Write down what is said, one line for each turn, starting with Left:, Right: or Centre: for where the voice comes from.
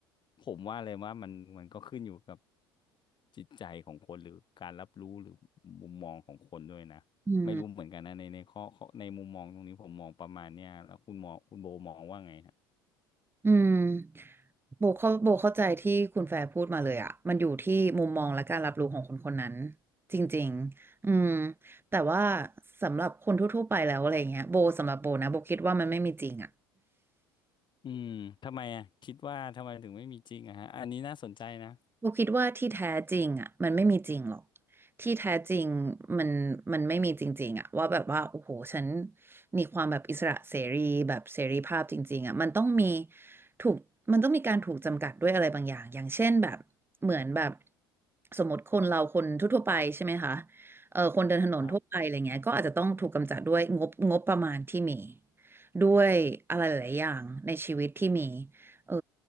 Left: ผมว่าเลยว่ามันมันก็ขึ้นอยู่กับจิตใจของคนหรือการรับรู้หรือมุมมองของคนด้วยนะไม่รู้เหมือนกันนะในในข้อข้อในมุมมองตรงนี้ผมมองประมาณเนี้ยแล้วคุณมองคุณโบมองว่าไงฮะ
Right: อืม อืมโบเข้าโบเข้าใจที่คุณแฟร์พูดมาเลยอะมันอยู่ที่มุมมองและการรับรู้ของคนคนนั้นจริงๆอืมแต่ว่าสำหรับคนทั่วๆไปแล้วอะไรเงี้ยโบสำหรับโบนะโบคิดว่ามันไม่มีจริงอะ
Left: อืมทำไมอ่ะคิดว่าทำไมถึงไม่มีจริงอะฮะอันนี้น่าสนใจนะ
Right: โบคิดว่าที่แท้จริงอ่ะมันไม่มีจริงหรอกที่แท้จริงมันมันไม่มีจริงๆอ่ะว่าแบบว่าโอ้โหฉันมีความแบบอิสระเสรีแบบเสรีภาพจริงๆอ่ะมันต้องมีถูกมันต้องมีการถูกจำกัดด้วยอะไรบางอย่างอย่างเช่นแบบเหมือนแบบสมมติคนเราคนทั่วๆไปใช่ไหมคะเออคนเดินถนนทั่วไปอะไรเงี้ยก็อาจจะต้องถูกกำจัดด้วยงบงบประมาณที่มี
Left: ครับ
Right: ด้วยอะไรหลายๆอย่างในชีวิตที่มีเออ